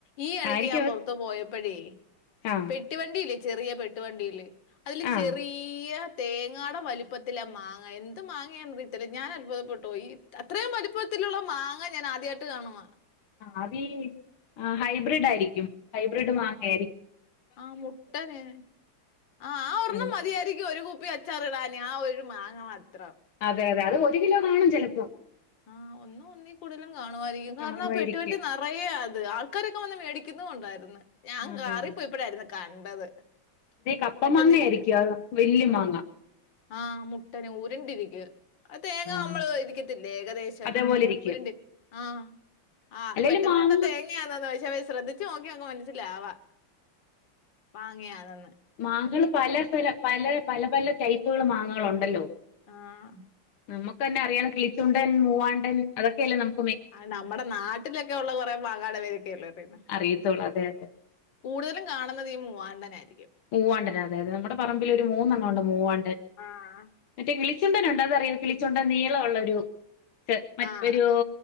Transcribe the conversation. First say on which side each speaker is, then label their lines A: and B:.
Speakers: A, on the left; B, on the left.
A: ഈ ഇടയ്ക്ക്
B: ആയിരിക്കും
A: ഞാൻ പൊറത്തുപോയപ്പഴേ
B: ആ
A: പെട്ടിവണ്ടിയില്ലേ ചെറിയ പെട്ടുവണ്ടില് അതില്
B: ആ
A: ചെറീയ തേങ്ങാട വലിപ്പത്തിലാമാങ്ങ എന്ത് മാങ്ങയാണ ഇത്തര ഞാ അത്ഭുതപ്പെട്ടോയ് ഈ അത്രയും വലിപ്പ ത്തിലുള്ള മാങ്ങ ഞാൻ ആദ്യായിട്ട് കാണുവ
B: ആത് ഹൈബ്രിഡായിരിക്കും ഹൈബ്രിഡ് മാങ്ങയാരിക്കും
A: ആഹ് മുട്ടനെ ആ ആ ഒരെണ്ണം
B: അതെ
A: മതിയായിരിക്കും ഒരു കുപ്പി അ ച്ചാറിടാന് ആ ഒരു മാങ്ങമാത്രം
B: അതെ അതെ അത് ഒരു കിലോ കാണും ചെലപ്പോ
A: ആഹ് ഒന്നും ഒന്നി കൂടുതലു കാണുവായിരിക്കും
B: കാണുവായിരിക്കും
A: കാരണം ആ പെട്ടി വണ്ടിന റയ അത് ആൾക്കാരൊക്കെ വന്ന് മേടിക്കുന്നുണ്ടായിരന്ന് ഞാൻ
B: ആഹ്
A: കാറിപ്പോയപ്പോഴായിരുന്നു കണ്ടത്
B: അതേ കപ്പ
A: പെട്ടെന്നിങ്ങനെ.
B: മാങ്ങ ആയിരിക്കു അ വെല്യമാങ്ങ
A: ആഹ് മുട്ടനെ ഉരുണ്ടിരിക്ക അ തേങ്ങ
B: ആ
A: നമ്മള് ഇരിക്കത്തി ല്ലേകദേശം
B: അതേപോലെ ഇരിക്കും
A: ഉരുണ്ട് ആഹ് ആഹ്
B: അല്ലേലും
A: പെട്ടെന്ന്കണ്ടാ
B: മാങ്ങ
A: തേങ്ങ ങ്ങാന്നത് പക്ഷെ അവര് ശ്രദ്ധിച്ചു നോക്കിയങ്ങ് മൻസ്സിലാവാ മാങ്ങാണന്ന്
B: മാങ്ങള് പല സ്ഥല പല പല പല ടൈപ്പുകള് മാങ്ങളുണ്ടല്ലോ
A: ആഹ്
B: നമുക്കന്നെ അറിയാണ് കിളിച്ചുണ്ടൻ മൂവാണ്ടൻ അതൊക്കെയല്ലേ നമ
A: ആഹ് നമ്മടെ നാട്ടിലൊക്കൊള്ള കൊറെ മാങ്ങാടെ പേരൊക്കെയള്ളറിന്ന
B: അറിയത്തുള്ളൂ അതെ അതെ
A: കൂടുതലും കാണുന്നതീ മൂവാണ്ടനായിരിക്കും
B: മൂവാണ്ടൻ അതെയതെ നമ്മുടെ പറമ്പിലൊരു മൂന്നെണ്ണ ഒണ്ട് മൂവാണ്ടൻ
A: ആഹ്.
B: മറ്റേ കിളിച്ചുണ്ടനുണ്ട് അതറിയോ കിളിച്ചുണ്ടൻ നീള ഒള്ളൊരു മറ്റ
A: ആഹ്.
B: ഒരു